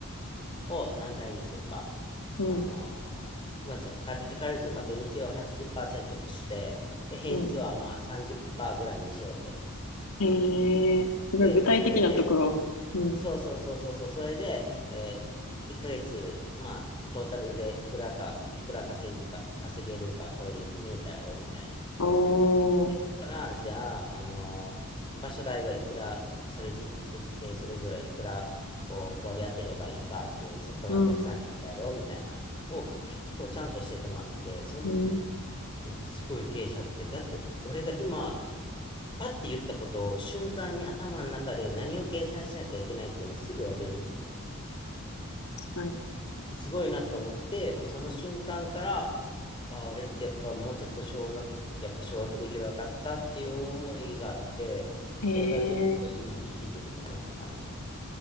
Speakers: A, on the left; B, on the left.
A: を何台にするか。
B: うん、
A: あの、まず、ざ軽く、軽く言うと、まあ、土日を80%として、で、平日はまあ30%
B: うん
A: ぐらいにしようと。
B: へえ、すごい具体的なところ。
A: で、それで、
B: うん。
A: そうそうそうそうそう、それで、えー、1ヶ月、まあ、トータルでいくらか、いくら稼ぐか、稼げるか、これで見えたやろ、みたいな。
B: お
A: で、
B: ー、
A: そこから、じゃあ、あの、場所代はいくら、それずつつ、えーそれぞれいくら、こう、割り当てればいいかっていう、そこから逆算でやろうみたいな、
B: うん、
A: を結構ちゃんと教えてもらってて、その時に、
B: うん、
A: え、すごい経営者って、だって、俺が今、パッて言ったことを瞬間に頭の中で何を計算しなきゃいけないっていうのをすぐやれる。
B: 確かに。
A: すごいなと思って、もうその瞬間から、ああ、俺ってやっぱもうちょっと小学、やっぱ小学部行けばよかったっていう思いがあって、
B: へえ、
A: それがずっと今に引きずるかなって感じ。